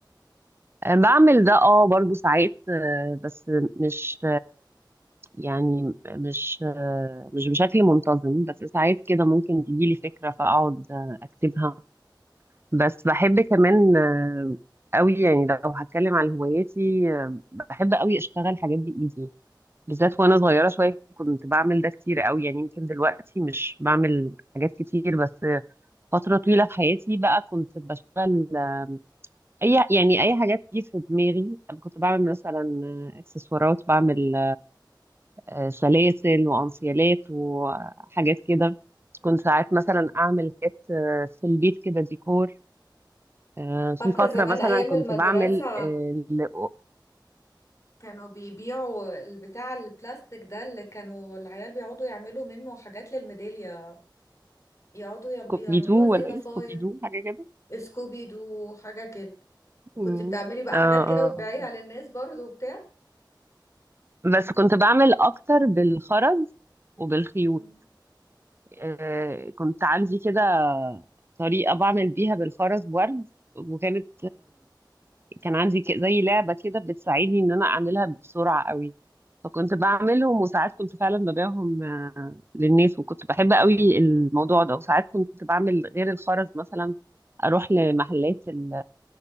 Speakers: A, on the right; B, on the left.
A: آه، بعمل ده اه برضو ساعات آه، بس مش يعني م- مش آه، مش بشكل منتظم بس ساعات كده ممكن تجيلي فكرة فأقعد آه، أكتبها بس بحب كمان آه، أوي يعني لو هتكلم على هواياتي آه، بحب أوي أشتغل حاجات بإيدي بالذات وأنا صغيرة شوية كنت بعمل ده كتير أوي يعني يمكن دلوقتي مش بعمل حاجات كتير بس آه، فترة طويلة في حياتي بقى كنت بشتغل آه، أي يعني أي حاجات تيجي في دماغي كنت بعمل مثلا آه، إكسسوارات بعمل آه، سلاسل وانسيالات وحاجات كده كنت ساعات مثلا اعمل حاجات آه، في البيت كده ديكور آه، في
B: فاكره
A: فترة
B: زمان
A: مثلا
B: ايام
A: كنت
B: المدرسه
A: بعمل آه، ل-
B: كانوا بيبيعوا البتاع البلاستيك ده اللي كانوا العيال بيقعدوا يعملوا منه حاجات للميدالية يقعدوا يعم-
A: كوبيدو
B: يعملوها زي
A: ولا
B: ضفاير
A: ايه كوبيدو حاجة كده
B: سكوبي دو حاجة كده وكنت
A: مم.
B: بتعملي بقى
A: اه
B: حاجات كده
A: اه
B: وتبيعيها للناس برضو وبتاع
A: آه. بس كنت بعمل اكتر بالخرز وبالخيوط
B: مم.
A: آه، كنت عندي كده طريقة بعمل بيها بالخرز ورد وكانت كان عندي ك- زي لعبة كده بتساعدني إن أنا أعملها بسرعة قوي فكنت بعملهم وساعات كنت فعلا ببيعهم آه، للناس وكنت بحب قوي الموضوع ده وساعات كنت بعمل غير الخرز مثلا أروح لمحلات ال-